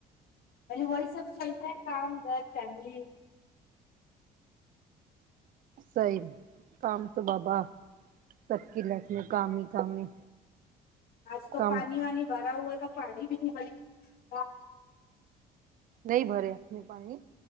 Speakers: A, on the left; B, on the right.
A: وہی سب چلتا ہے کام گھر فیملی
B: سی کام تو بابا سب کی لائف میں کام ہی کام ہے
A: آج تو
B: کام
A: پانی وانی بھرا ہوا تو پانی بھی نہیں بھر
B: نہیں بھرے اپنے پانی